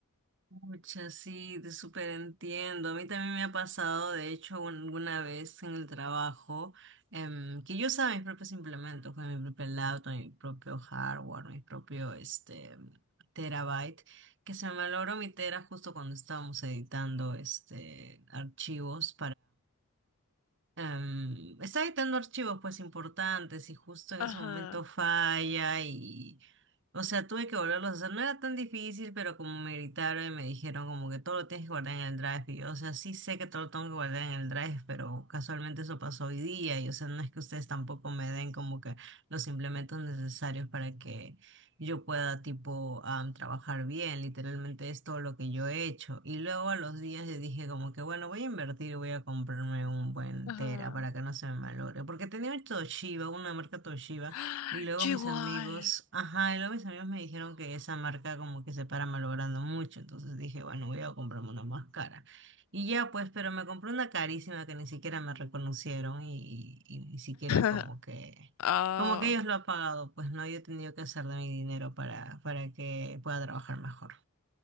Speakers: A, on the right; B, on the left.
A: Muchas, sí, te súper entiendo. A mí también me ha pasado, de hecho, un- alguna vez en el trabajo, em, que yo usaba mis propios implementos, con mi propio laptop, mi propio hardware, mi propio este, terabyte, que se me malogró mi tera justo cuando estábamos editando este, archivos Em, está editando archivos pues importantes y justo en
B: Ajá,
A: ese momento falla y, o sea, tuve que volverlos a hacer. No era tan difícil, pero como me gritaron y me dijeron como que todo lo tienes que guardar en el drive. Y yo, o sea, sí sé que todo lo tengo que guardar en el drive, pero casualmente eso pasó hoy día y, o sea, no es que ustedes tampoco me den como que los implementos necesarios para que yo pueda tipo am, trabajar bien, literalmente es todo lo que yo he hecho. Y luego a los días yo dije como que bueno, voy a invertir, voy a comprarme un buen
B: ajá.
A: Tera para que no se me malogre, porque tenía un Toshiba, una marca Toshiba,
B: <gasps>
A: y luego
B: Yo
A: mis
B: igual.
A: amigos, ajá, y luego mis amigos me dijeron que esa marca como que se para malogrando mucho, entonces dije bueno, voy a comprarme una más cara. Y ya pues, pero me compré una carísima que ni siquiera me reconocieron y, y ni siquiera como
B: <laughs>
A: que
B: Ah.
A: como que ellos lo han pagado, pues no, yo he tenido que hacer de mi dinero para, para que pueda trabajar mejor.